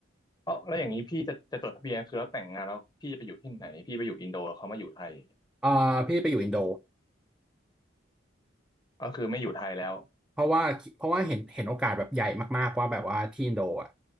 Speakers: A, on the left; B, in the centre.
A: เอ้าแล้วอย่างนี้พี่จะจะจดทะเบียนคือแล้วแต่งงานแล้วพี่จะไปอยู่ที่ไหนพี่ไปอยู่อินโดแล้วเขามาอยู่ไทย
B: เออพี่ไปอยู่อินโด
A: ก็คือไม่อยู่ไทยแล้ว
B: เพราะว่าเพราะว่าเห็นเห็นโอกาสแบบใหญ่มากๆว่าแบบว่าที่อินโดอ่ะ